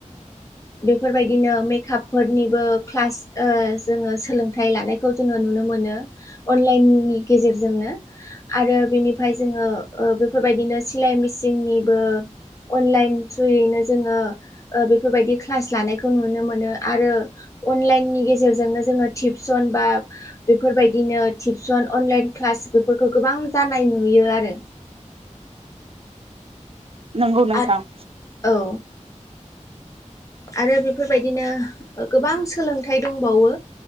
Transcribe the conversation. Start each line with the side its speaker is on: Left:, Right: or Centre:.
Left: बेफोरबायदिनो मेकआप फोरनिबो क्लास ओ जोङो सोलोंथाइ लानायखौ जोङो नुनो मोनो। अनलाइन नि गेजेरजोंनो आरो बेनिफ्राय जोङो ओ बेफोरबायदिनो सिलाय मेसिननिबो अनलाइन थ्रुयैनो जोङो ओ बेफोरबायदि क्लास लानायखौ नुनो मोनो। आरो अनलाइननि गेजेरजोंनो जोङो टिबसन बा बेफोरबायदिनो टिबसन अनलाइन क्लास बेफोरखौ गोबां जानाय नुयो आरो।
Right: <inaudible> नंगौ नोंथां।
Left: आरो औ आरो बेफोरबायदिनो ओ गोबां सोलोंथाइ दंबावो